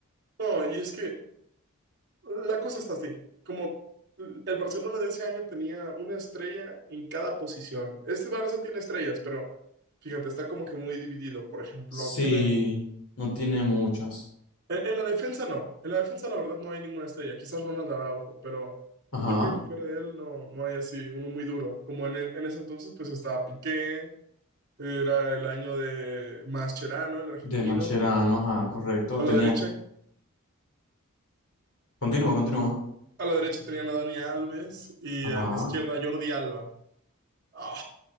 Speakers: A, on the right (about 50°); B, on the left (about 65°).
A: No, y es que la cosa está así, como el Barcelona de ese año tenía una estrella en cada posición. Este Barça tiene estrellas, pero fíjate, está como que muy dividido. Por ejemplo,
B: Sí,
A: tienen...
B: no tiene muchas.
A: En, en la defensa no, en la defensa la verdad no hay ninguna estrella, quizás Ronald Araujo, pero
B: Ajá,
A: yo creo que fuera de él no, no hay así uno muy duro. Como en, en ese entonces pues estaba Piqué, Era el año de Mascherano, el argentino.
B: de Macherano, ajá, correcto.
A: A
B: Tenía,
A: la derecha,
B: continúa, continúa.
A: a la derecha tenían a Dani Alves y
B: Ah,
A: a la izquierda a Jordi Alba. Ah,